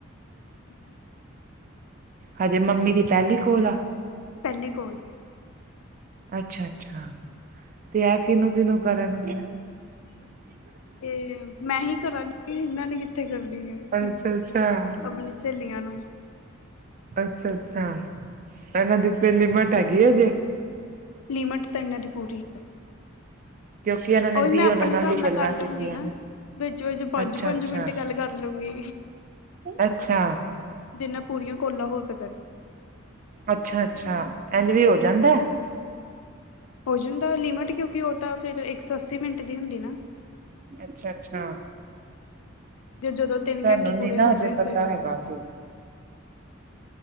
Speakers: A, on the left; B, on the right.
A: ਹਠੀ
B: ਹਜੇ ਮੰਮੀ ਦੀ ਪਹਿਲੀ ਕੋਲ ਆ?
A: ਪਹਿਲੀ ਕੋਲ।
B: ਅੱਛਾ-ਅੱਛਾ। ਤੇ ਇਹ ਕਿਹਨੂੰ-ਕਿਹਨੂੰ ਕਰਨਗੇ?
A: ਤੇ ਮੈਂ ਹੀ ਕਰਾਂਗੀ ਇਹਨਾਂ ਨੇ ਕਿੱਥੇ ਕਰਨੀ ਹੈ।
B: ਅੱਛਾ ਅੱਛਾ
A: ਆਪਣੀ ਸਹੇਲੀਆਂ ਨੂੰ।
B: ਅੱਛਾ-ਅੱਛਾ ਇਹਨਾਂ ਦੀ ਤੇ ਲਿਮਿਟ ਹੈਗੀ ਅਜੇ।
A: ਲਿਮਿਟ ਤਾਂ ਇਹਨਾਂ ਦੀ ਪੂਰੀ ਹੈ।
B: ਕਿਉਂਕਿ ਇਹਨਾਂ ਨੇ
A: ਉਹੀ
B: ਦੀ
A: ਮੈਂ ਆਪਣੇ
B: ਉਹਨਾਂ
A: ਹਿਸਾਬ
B: ਵੀ
A: ਨਾਲ
B: ਗੱਲਾਂ
A: ਕਰ ਲਊਗੀ
B: ਕੀਤੀਆਂ
A: ਨਾ।
B: ਨੇ
A: ਵਿੱਚ-ਵਿੱਚ, ਪੰਜ-ਪੰਜ
B: ਅੱਛਾ ਅੱਛਾ
A: ਮਿੰਟ ਗੱਲ ਕਰ ਲੂੰਗੀ।
B: ਅੱਛਾ।
A: ਜਿੰਨਾ ਪੂਰੀਆਂ ਕਾਲਾਂ ਹੋ ਸਕਣ।
B: ਅੱਛਾ-ਅੱਛਾ ਇੰਝ ਵੀ ਹੋ ਜਾਂਦਾ ਐ।
A: ਹੋ ਜਾਂਦਾ ਲਿਮਿਟ ਕਿਉਂਕਿ ਉਹ ਤਾਂ ਫਿਰ ਇੱਕ ਸੌ ਅੱਸੀ ਮਿੰਟ ਦੀ ਹੁੰਦੀ ਨਾ।
B: ਅੱਛਾ-ਅੱਛਾ।
A: ਤੇ ਜਦੋਂ ਤਿੰਨ
B: ਸਾਨੂੰ
A: ਘੰਟੇ
B: ਨੀ
A: ਪੂਰੇ
B: ਨਾ
A: ਹੋ
B: ਹਜੇ
A: ਗਏ
B: ਪਤਾ
A: ਫਿਰ।
B: ਹੈਗਾ ਸੀ